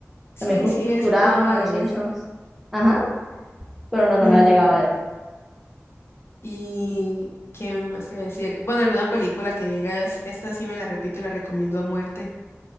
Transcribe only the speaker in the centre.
También Fut-
Futurama,
Los
Simpsons. Ajá, pero no,
no me la he llegado a ver.